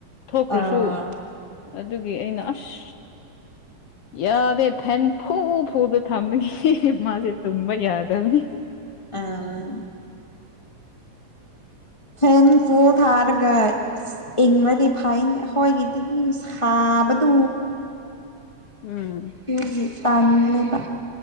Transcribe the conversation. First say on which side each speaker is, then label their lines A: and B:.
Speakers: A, on the left; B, on the left.
A: ꯊꯣꯛꯈ꯭ꯔꯁꯨ
B: ꯑꯧ
A: ꯑꯗꯨꯒꯤ ꯑꯩꯅ ꯑꯁ ꯌꯥꯗꯦ ꯐꯦꯟ ꯐꯨ ꯐꯨꯗ ꯊꯝꯒ ꯃꯥꯁꯦ ꯇꯨꯝ ꯃꫭꯏ ꯌꯥꯗꯕꯅꯤ
B: ꯑꯥ ꯐꯦꯟ ꯐꯨꯟ ꯊꯥꯔꯒ ꯏꯪꯉꯗꯤ ꯐꯥꯏꯟ ꯍꯣꯏꯒꯤ ꯑꯗꯨꯅꯤ ꯁꯥꯕꯗꯣ
A: ꯎꯝ
B: ꯗꯨꯒꯤ ꯇꯥꯟꯂꯦꯕ